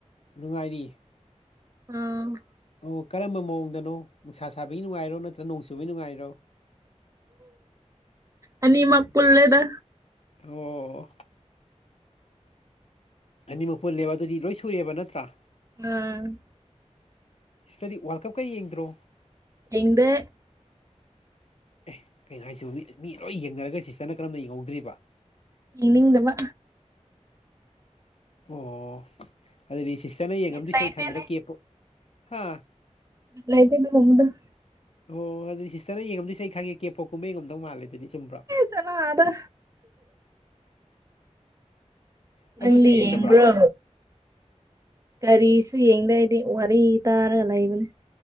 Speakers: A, on the left (about 55°); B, on the right (about 25°).
A: ꯅꯨꯡꯉꯥꯏꯔꯤ
B: ꯑꯝ
A: ꯑꯣ ꯀꯔꯝꯕ ꯃꯑꯣꯡꯗꯅꯣ ꯅꯨꯡꯁꯥ ꯁꯥꯕꯒꯤ ꯅꯨꯡꯉꯥꯏꯔꯣ ꯅꯠꯇ꯭ꯔ ꯅꯣꯡ ꯆꯨꯕꯒꯤ ꯅꯨꯡꯉꯥꯏꯔꯣ
B: ꯑꯅꯤꯃꯛ ꯄꯨꯜꯂꯦꯗ
A: ꯑꯣ ꯑꯣ ꯑꯅꯤꯃꯛ ꯄꯨꯜꯂꯦꯕ ꯑꯗꯨꯗꯤ ꯂꯣꯏ ꯁꯨꯔꯦꯕ ꯅꯠꯇ꯭ꯔꯥ
B: ꯎꯝ
A: ꯁꯤꯁꯇꯔꯗꯤ ꯋꯥꯔꯜ ꯀꯞꯀ ꯌꯦꯡꯗ꯭ꯔꯣ
B: ꯌꯦꯡꯗꯦ
A: ꯑꯦ ꯀꯩꯅꯣ ꯍꯥꯏꯁꯤ ꯃꯤ ꯃꯤ ꯂꯣꯏ ꯌꯦꯡꯅꯔꯒ ꯁꯤꯁꯇꯔꯅ ꯀꯔꯝꯅ ꯌꯦꯡꯍꯧꯗ꯭ꯔꯤꯕ
B: ꯌꯦꯡꯅꯤꯡꯗꯕ
A: ꯑꯣ ꯑꯗꯨꯗꯤ ꯁꯤꯁꯇꯔꯅ ꯌꯦꯡꯉꯝꯗꯣꯏꯁꯦ
B: ꯕꯤꯠ ꯂꯩꯇꯦꯅꯦ
A: ꯑꯩ ꯈꯟꯕꯗ ꯀꯦꯞꯄꯣꯞ ꯍꯥ
B: ꯂꯩꯇꯦ ꯑꯗꯨꯒꯨꯝꯕꯗꯨ
A: ꯑꯣ ꯍꯣꯏ ꯑꯗꯨꯗꯤ ꯁꯤꯁꯇꯔꯅ ꯌꯦꯡꯉꯝꯗꯣꯏꯁꯤ ꯑꯩ ꯈꯪꯉꯦ ꯀꯦꯄꯣꯞ ꯒꯨꯝꯕ ꯌꯦꯡꯉꯝꯗꯧ ꯃꯥꯜꯂꯦ ꯑꯗꯨꯗꯤ ꯆꯨꯝꯕ꯭ꯔꯣ
B: ꯆꯜꯂꯣ ꯑꯗ
A: ꯑꯗꯨꯁꯨ
B: ꯅꯪꯗꯤ
A: ꯌꯦꯡꯗꯕ꯭ꯔꯣ
B: ꯌꯦꯡꯕ꯭ꯔꯣ ꯀꯔꯤꯁꯨ ꯌꯦꯡꯗꯦ ꯑꯩꯗꯤ ꯋꯥꯔꯤ ꯇꯥꯔꯒ ꯂꯩꯕꯅꯦ